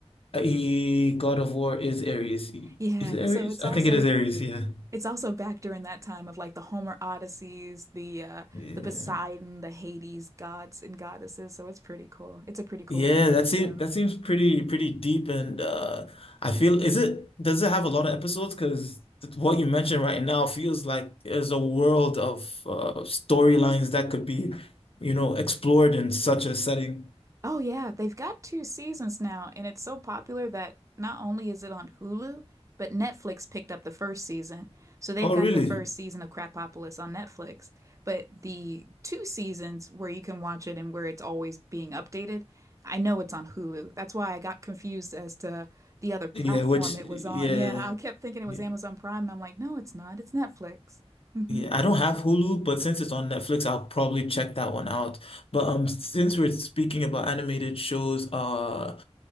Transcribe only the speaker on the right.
Yeah,
so it's also
It's also back during that time of like the Homer Odysseys, the uh
the Poseidon, the Hades gods and goddesses, so it's pretty cool. It's a pretty cool
animated
show.
Oh yeah, they've got two seasons now, and it's so popular that not only is it on Hulu, but Netflix picked up the first season. So they've
got
the first season of Crapopolis on Netflix, but the two seasons where you can watch it and where it's always being updated, I know it's on Hulu. That's why I got confused as to the other platform
it was
on. Yeah, I kept thinking it
was Amazon Prime, and I'm like, no, it's not. It's Netflix. hmm